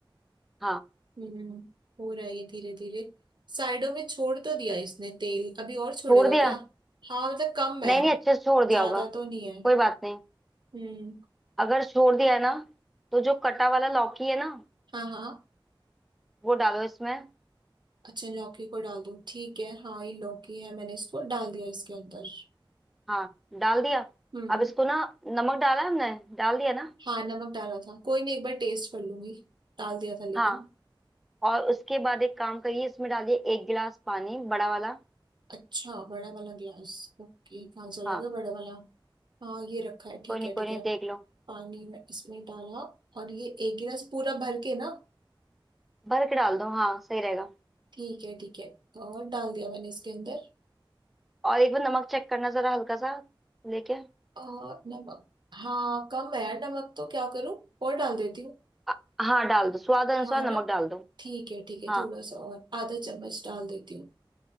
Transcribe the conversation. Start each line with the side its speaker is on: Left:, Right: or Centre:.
Centre: हाँ
Right: हम्म हो रहा है ये धीरे धीरे साइडों में छोड़ तो दिया इसने तेल अभी और छोड़ेगा
Centre: छोड़ दिया
Right: क्या हाँ मतलब कम है
Centre: नहीं नहीं अच्छे से छोड़ दिया
Right: ज्यादा
Centre: होगा
Right: तो नहीं है
Centre: कोई बात नहीं
Right: हम्म
Centre: अगर छोड़ दिया है ना तो जो कटा वाला लौकी है ना
Right: हाँ हाँ
Centre: वो डालो इसमें
Right: अच्छा लौकी को डाल दो ठीक है हाँ ये लौकी है मैंने इसको डाल दिया इसके अंदर
Centre: हाँ डाल दिया
Right: हम्म
Centre: अब इसको ना नमक डाला हमने डाल दिया ना
Right: हाँ नमक डाला था कोई नहीं एक बार टेस्ट कर लूंगी डाल दिया था लेकिन
Centre: हाँ और उसके बाद एक काम करिए इसमें डालिए एक गिलास पानी बड़ा वाला
Right: अच्छा बड़ा वाला गिलास ओके कहाँ चला
Centre: हाँ
Right: गया बड़ा वाला हाँ ये रखा है ठीक
Centre: कोई नहीं
Right: है
Centre: कोई
Right: ठीक
Centre: नहीं
Right: है
Centre: देख लो
Right: पानी में इसमें डाला और ये एक गिलास पूरा भर के ना
Centre: भर के डाल दो हाँ सही रहेगा
Right: ठीक है ठीक है और डाल दिया मैंने इसके अंदर
Centre: और एक बार नमक चेक करना जरा हल्का सा लेके
Right: और नमक हाँ कम है यार नमक तो क्या करूँ और डाल देती हूँ
Centre: अ- हाँ डाल दो स्वाद अनुसार
Right: हाँ ना
Centre: नमक डाल दो
Right: ठीक है ठीक है
Centre: हाँ
Right: थोड़ा सा और आधा चम्मच डाल देती हूँ